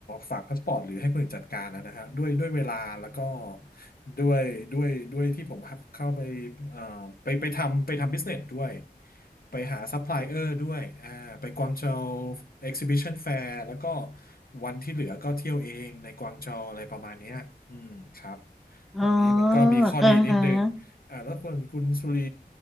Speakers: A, on the left; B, in the centre.
A: ฝากพาสปอร์ตหรือให้คนอื่นจัดการนะนะฮะด้วยด้วยเวลาแล้วก็ด้วยด้วยด้วยที่ผมเข้าไปเอ่อไปไปทำไปทำบิสเนสด้วยไปหาซัพพลายเออร์ด้วยอ่าไปกวางโจวเอ็กซิบิชันแฟร์แล้วก็วันที่เหลือก็เที่ยวเองในกวางโจวอะไรประมาณเนี้ยอืมครับ
B: อ๋อ
A: ตรงนี้มันก็มีข้อดีนิดนึงอ่าแล้วคนคุณสุรี
B: เออฮะ